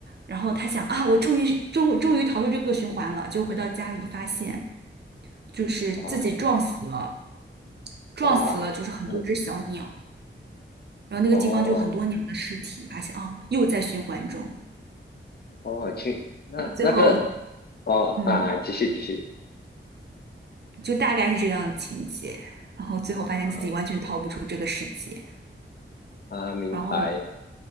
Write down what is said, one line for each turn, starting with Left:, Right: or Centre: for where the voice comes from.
Right: 然后他想啊，我终于终终于逃出这个循环了，就回到家里发现就是自己撞死了，
Left: 啊
Right: 撞死了就是很多只小鸟，
Left: 哇 <laughs>
Right: 然后那个地方就很多鸟的尸体，
Left: 哦。
Right: 发现啊又在循环中，
Left: 哦，去那那个
Right: 然后最后
Left: 哦啊啊，
Right: 嗯
Left: 继续继续
Right: 就大概是这样的情节，然后最后发现自己完全逃不出这个世界，
Left: 啊啊，明白
Right: 然后